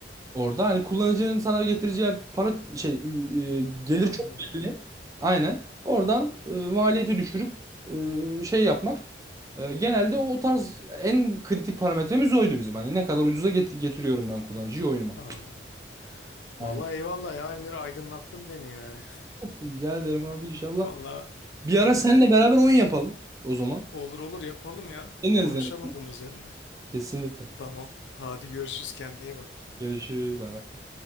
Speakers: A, on the right; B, on the left.
A: Orada hani kullanıcının sana getireceği para şey e, gelir
B: Anladım.
A: çok belli. Aynen. Oradan e, maliyeti düşürüp e, şey yapmak. E, genelde o tarz en kritik parametremiz oydu bizim. Hani ne kadar ucuza get- getiriyorum ben kullanıcıyı oyunuma.
B: Anladım.
A: Aynen.
B: Vallahi eyvallah ya Emir aydınlattın beni yani.
A: Rica ederim abi inşallah.
B: <laughs> Vallahi
A: Bir
B: böyle
A: ara seninle
B: bir
A: beraber oyun yapalım o zaman.
B: olur olur yapalım ya.
A: Deneriz
B: Konuşalım
A: yani.
B: bunun üzerine.
A: Kesinlikle.
B: Tamam. Hadi görüşürüz kendine iyi bak.
A: Görüşürüz. Bay bay.